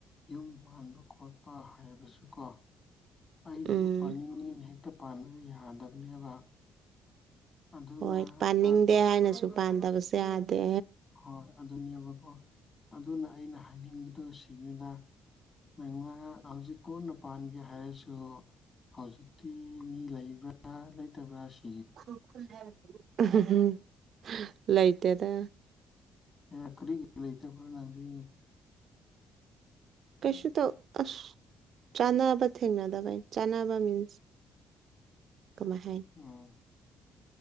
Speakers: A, on the left; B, on the right.
A: ꯌꯨꯝ ꯄꯥꯟꯕ ꯈꯣꯠꯄ ꯍꯥꯏꯕꯁꯨ ꯀꯣ ꯑꯩꯅ
B: ꯎꯝ
A: ꯄꯥꯅꯤꯡꯉꯤꯅ ꯍꯦꯛꯇ ꯄꯥꯟꯕꯗꯨ ꯌꯥꯗꯕꯅꯦꯕ ꯑꯗꯨꯅ
B: ꯍꯣꯏ ꯄꯥꯅꯤꯡꯗꯦ
A: <unintelligible>
B: ꯍꯥꯏꯅꯁꯨ ꯄꯥꯟꯗꯕꯁꯨ ꯌꯥꯗꯦ
A: ꯍꯣꯏ ꯑꯗꯨꯅꯦꯕꯀꯣ ꯑꯗꯨꯅ ꯑꯩꯅ ꯍꯥꯏꯅꯤꯡꯕꯗꯨ ꯁꯤꯅꯤꯗ ꯅꯪꯅ ꯍꯧꯖꯤꯛ ꯀꯣꯟꯅ ꯄꯥꯟꯒꯦ ꯍꯥꯏꯔꯁꯨ ꯍꯧꯖꯤꯛꯇꯤ ꯃꯤ ꯂꯩꯕ꯭ꯔꯥ ꯂꯩꯇꯕ꯭ꯔꯥ ꯁꯤ
B: <unintelligible> ꯂꯩꯇꯦꯗꯥ
A: ꯑꯩꯌꯥ ꯀꯔꯤꯒꯤ ꯂꯩꯇꯕ꯭ꯔꯥ ꯅꯪꯗꯤ
B: ꯀꯩꯁꯨ ꯇꯧ ꯑꯁ ꯆꯅꯥꯕ ꯊꯦꯡꯅꯗꯕꯩ ꯆꯅꯥꯕ ꯃꯤꯟꯁ ꯀꯃꯥꯏ ꯍꯥꯏꯅꯤ
A: ꯑꯣ